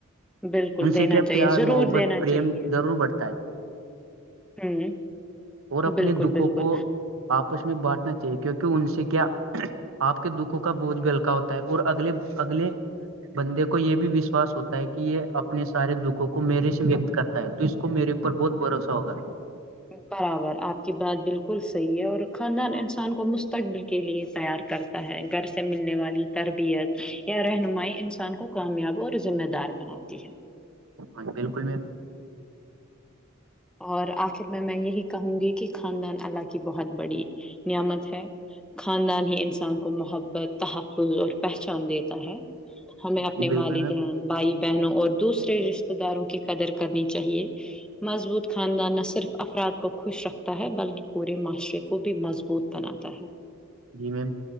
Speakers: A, in the centre; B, on the right.
A: بالکل
B: ان
A: دینا
B: سے کیا
A: چاہیے
B: پیار
A: ضرور
B: محبت
A: دینا
B: پریم
A: چاہیے
B: ضرور بڑھتا ہے
A: ہوں
B: اور اپنے
A: بالکل
B: دکھوں
A: بالکل
B: کو آپس میں بانٹنا چاہیے کیونکہ ان سے کیا آپ کے دکھوں کا بوجھ بھی ہلکا ہوتا ہے اور اگل اگل بندے کو یہ بھی وشواس ہوتا ہے کہ یہ اپنے سارے دکھوں کو میرے سے ویکت کرتا ہے تو اس کو میرے اوپر بہت بھروسہ ہوگا ہے
A: برابر آپ کی بات بالکل صحیح ہے اور خاندان انسان کو مستقبل کے لیے تیار کرتا ہے گھر سے ملنے والی تربیت کیا رہنمائی انسان کو کامیاب اور ذمہ دار بناتی ہے
B: ہاں بالکل میں
A: اور آخر میں میں یہی کہوں گی کہ خاندان اللہ کی بہت بڑی نعمت ہے خاندان ہی انسان کو محبت تحق اور پہچان دیتا ہے ہمیں اپنے
B: جی
A: والدین
B: بالکل میم
A: بھائی بہنوں اور دوسرے رشتے داروں کی قدر کرنی چاہیے مضبوط خاندان نہ صرف افراد کو خوش رکھتا ہے بلکہ پورے معاشرے کو بھی مضبوط بناتا ہے
B: جی میم